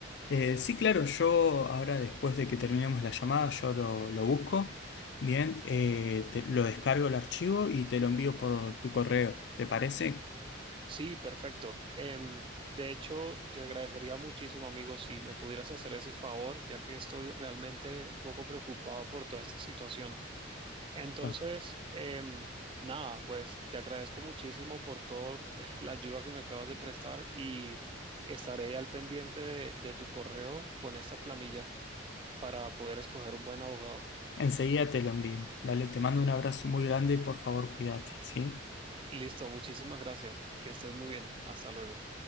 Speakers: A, on the left; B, on the right.
A: Eh, sí, claro, yo ahora después de que terminemos la llamada, yo lo, lo busco, bien, eh, te- lo descargo el archivo y te lo envío por tu correo, ¿te parece?
B: Sí, perfecto. Em, de hecho, te agradecería muchísimo, amigo, si me pudieras hacer ese favor, ya que estoy realmente un poco preocupado por toda esta situación. Entonces,
A: Claro.
B: em, nada, pues te agradezco muchísimo por toda <laughs> la ayuda que me acabas de prestar y estaré al pendiente de, de tu correo con esta planilla para poder escoger un buen abogado.
A: Enseguida te lo envío. Dale, te mando un abrazo muy grande y por favor cuídate, ¿sí?
B: Listo, muchísimas gracias. Que estés muy bien. Hasta luego.